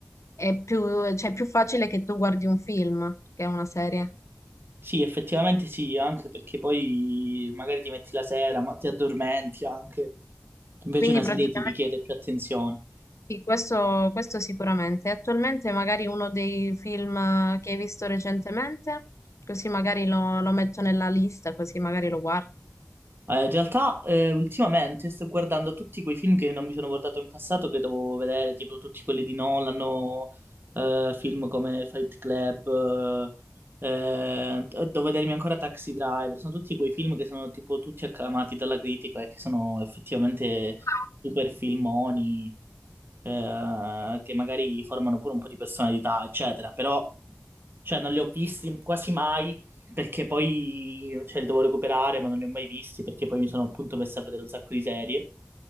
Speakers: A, on the left; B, on the right.
A: è più, cioè, è più facile che tu guardi un film che una serie.
B: Sì, effettivamente sì, anche perché poi magari ti metti la sera, ma ti addormenti anche. Invece
A: Quindi
B: una
A: praticamente
B: serie ti richiede più attenzione.
A: sì, questo, questo sicuramente. Attualmente magari uno dei film eh, che hai visto recentemente, così magari lo, lo metto nella lista, così magari lo guardo.
B: Eh, in realtà, eh, ultimamente sto guardando tutti quei film che non mi sono guardato in passato, che dovevo vedere, tipo tutti quelli di Nolan, o, eh, film come Fight Club, eh, eh, devo vedermi ancora Taxi Driver. Sono tutti quei film che sono tipo tutti acclamati dalla critica e che sono effettivamente
A: Ah, ok,
B: super filmoni. eh,
A: quindi-
B: che magari formano pure un po' di personalità, eccetera, però cioè, non li ho visti quasi mai perché poi cioè, li devo recuperare, ma non li ho mai visti perché poi mi sono appunto messo a vedere un sacco di serie.